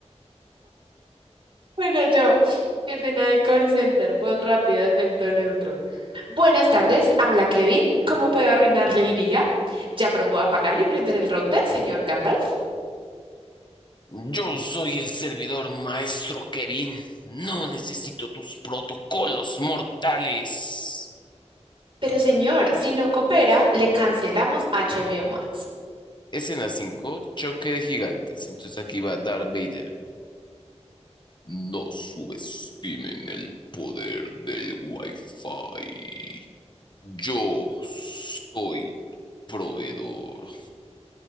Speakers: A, on the right (about 50°); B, on the left (about 40°).
A: Bueno, yo, escena de call center, voz rápida, acento neutro. Buenas tardes, habla Kevin. ¿Cómo puedo arruinarle el día? Ya probó apagar y prender el router, señor Gandalf.
B: Yo soy el servidor maestro Kevin. No necesito tus protocolos mortales.
A: Pero señor, si no coopera, le cancelamos HBO Max.
B: Escena 5, choque de gigantes. Entonces aquí va Darth Vader. No subestimen el poder del Wi-Fi. Yo soy proveedor.